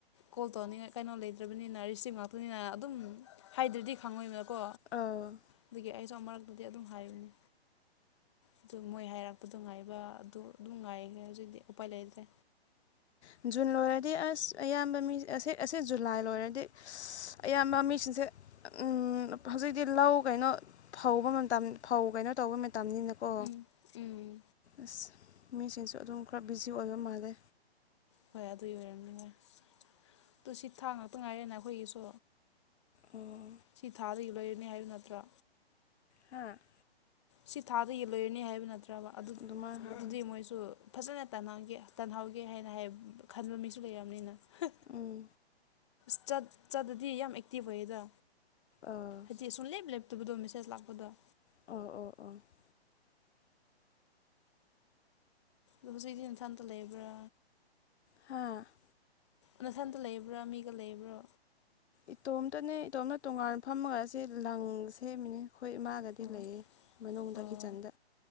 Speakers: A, on the left; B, on the left.
A: ꯀꯣꯜ ꯇꯧꯅꯤꯡꯉꯥꯏ ꯀꯩꯅꯣ ꯂꯩꯇ꯭ꯔꯕꯅꯤꯅ ꯔꯤꯁꯤꯞ ꯉꯥꯛꯇꯅꯤꯅ ꯑꯗꯨꯝ ꯍꯥꯏꯗ꯭ꯔꯗꯤ ꯈꯪꯉꯣꯏꯅꯤꯅ ꯀꯣ
B: ꯑꯥ
A: ꯑꯗꯨꯒꯤ ꯑꯩꯁꯨ ꯑꯃꯔꯛ <unintelligible> ꯑꯗꯨꯗꯤ ꯑꯗꯨꯝ ꯍꯥꯏꯕꯅꯤ ꯑꯗꯨ ꯃꯣꯏ ꯍꯥꯏꯔꯛꯄꯗꯨ ꯉꯥꯏꯕ <unintelligible> ꯑ <unintelligible> ꯑꯗꯨ ꯑꯗꯨꯝ ꯉꯥꯏꯈ꯭ꯔꯦ ꯍꯧꯖꯤꯛꯇꯤ ꯎꯄꯥꯏ ꯂꯩꯇ꯭ꯔꯦ
B: ꯎꯝ <unintelligible> ꯖꯨꯟ ꯂꯣꯏꯔꯗꯤ ꯑꯁ ꯑꯌꯥꯝꯕ ꯃꯤ ꯑꯁꯤ ꯑꯁꯤ ꯖꯨꯂꯥꯏ ꯂꯣꯏꯔꯗꯤ ꯑꯌꯥꯝꯕ ꯃꯤꯁꯤꯡꯁꯦ ꯎꯝ ꯍꯧꯖꯤꯛꯇꯤ ꯂꯧ ꯀꯩꯅꯣ ꯐꯧꯕ ꯃꯇꯝ ꯐꯧ ꯀꯩꯅꯣ ꯇꯧꯕ ꯇꯝꯅꯤꯅꯀꯣ
A: ꯎꯝ ꯎꯝ
B: ꯑꯁ <unintelligible> ꯃꯤꯁꯤꯡꯁꯨ ꯑꯗꯨꯝ ꯈꯔ ꯕꯤꯖꯤ ꯑꯣꯏꯕ ꯃꯥꯜꯂꯦ
A: ꯍꯣꯏ ꯑꯗꯨꯒꯤ ꯑꯣꯏꯔꯝꯅꯤꯉꯥꯏ ꯇꯨ ꯁꯤ ꯊꯥꯡ ꯉꯥꯛꯇ ꯉꯥꯏꯔꯦꯅ ꯑꯩꯈꯣꯏꯒꯤꯁꯨ
B: ꯎꯝ <unintelligible>
A: ꯁꯤ ꯊꯥꯗꯒꯤ ꯂꯣꯏꯔꯅꯤ ꯍꯥꯏꯕ ꯅꯠꯇ꯭ꯔꯥ
B: ꯍꯥꯥ <unintelligible>
A: ꯁꯤ ꯊꯥꯗꯒꯤ ꯂꯣꯏꯔꯅꯤ ꯍꯥꯏꯕ ꯅꯠꯇ꯭ꯔꯕ ꯑꯗꯨ
B: ꯑꯗꯨꯃꯥꯏꯅ ꯍꯥꯏꯕꯅꯤ
A: ꯑꯗꯨꯗꯤ ꯃꯣꯏꯁꯨ ꯐꯖꯅ ꯇꯅꯒꯦ <unintelligible> ꯇꯍꯒꯦ <unintelligible> ꯇꯥꯟꯍꯧꯒꯦ ꯍꯥꯏꯅ ꯍꯥꯏ ꯈꯟꯕ ꯃꯤꯁꯨ ꯂꯩꯔꯝꯅꯤꯅ ꯍꯥ
B: ꯎꯝ
A: <unintelligible> ꯆꯠ ꯆꯠꯇꯗꯤ ꯌꯥꯝ ꯑꯦꯛꯇꯤꯚ ꯑꯣꯏꯌꯦꯗ
B: ꯑꯥ <unintelligible>
A: ꯍꯥꯏꯗꯤ <inaudible> ꯁꯨꯝ ꯂꯦꯞ ꯂꯦꯞꯇꯕꯗꯣ ꯃꯦꯁꯦꯖ ꯂꯥꯛꯄꯗ
B: ꯑꯣ ꯑꯣ ꯑꯣ <unintelligible>
A: ꯑꯗꯣ ꯍꯧꯖꯤꯛꯇꯤ ꯏꯝꯐꯥꯜꯗ ꯂꯩꯕ꯭ꯔꯥ
B: ꯍꯥꯥ <unintelligible>
A: ꯅꯊꯟꯇ ꯂꯩꯕ꯭ꯔꯥ ꯃꯤꯒ ꯂꯩꯕ꯭ꯔꯣ
B: ꯏꯇꯣꯝꯇꯅꯦ ꯏꯇꯣꯝꯅ ꯇꯣꯉꯥꯟ ꯐꯝꯃꯒ ꯑꯁꯤ ꯂꯪ ꯁꯦꯝꯃꯤꯅꯦ ꯑꯩꯈꯣꯏ ꯏꯃꯥꯒꯗꯤ
A: ꯑꯣ
B: ꯂꯩꯌꯦ ꯃꯅꯨꯡꯗ
A: ꯑꯣ
B: ꯀꯤꯆꯟꯗ